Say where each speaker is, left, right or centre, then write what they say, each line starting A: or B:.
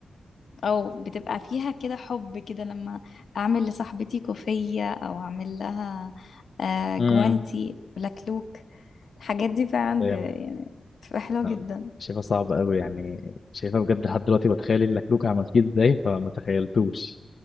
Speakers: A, on the left; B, on the left.
A: او بتبقى فيها كده حب كده لما اعمل لصاحبتي كوفية او اعمل لها آه،
B: امم
A: جوانتي لكلوك الحاجات دي فعلا
B: فاهم
A: ب... يعني بتبقى حلوة
B: لا،
A: جدا
B: شايفها صعبه قوي يعني شايفها بجد لحد دلوقتي بتخيل اللكلوك عملتيه ازاي فما تخيلتوش